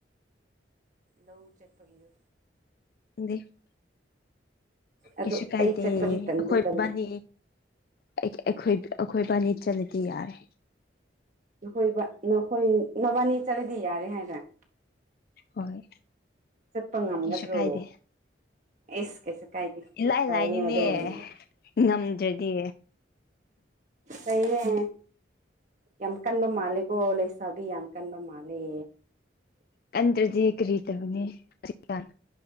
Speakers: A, on the right (about 40°); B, on the left (about 50°).
A: ꯂꯧ ꯆꯠꯄꯒꯤꯗꯣ
B: <unintelligible>
A: ꯑꯗꯨ
B: ꯀꯩꯁꯨ ꯀꯥꯏꯗꯦ
A: ꯑꯩ ꯆꯠꯄꯗꯤ
B: ꯑꯩꯈꯣꯏꯕꯥꯅꯤ
A: ꯇꯟꯗꯤ ꯇꯜꯂꯤ
B: ꯑꯩꯈꯣꯏ ꯑꯩꯈꯣꯏꯕꯥꯅꯤ ꯆꯠꯂꯗꯤ ꯌꯥꯔꯦ
A: ꯅꯈꯣꯏ -ꯅꯈꯣꯏ ꯅꯕꯥꯅꯤ ꯆꯠꯂꯗꯤ ꯌꯥꯔꯦ ꯍꯥꯏꯗ꯭ꯔꯥ
B: ꯍꯣꯏ
A: ꯆꯠꯄ ꯉꯝꯒꯗ꯭ꯔꯣ
B: ꯀꯩꯁꯨ ꯀꯥꯏꯗꯦ
A: ꯑꯩꯁ ꯀꯩꯁꯨ ꯀꯥꯏꯗꯦ
B: ꯏꯂꯥꯏ
A: ꯐꯔꯦꯅꯦ
B: ꯂꯥꯏꯅꯤꯅꯦ
A: ꯑꯗꯨꯕꯨꯗꯤ
B: ꯉꯝꯗ꯭ꯔꯗꯤ
A: ꯇꯩꯔꯦ ꯌꯥꯝ ꯀꯟꯕ ꯃꯥꯂꯦꯀꯣ ꯂꯩꯁꯥꯕꯤ ꯌꯥꯝ ꯀꯟꯕ ꯃꯥꯜꯂꯦ
B: ꯀꯟꯗ꯭ꯔꯗꯤ ꯀꯔꯤ ꯇꯧꯅꯤ ꯍꯧꯍꯤꯛꯀꯥꯟ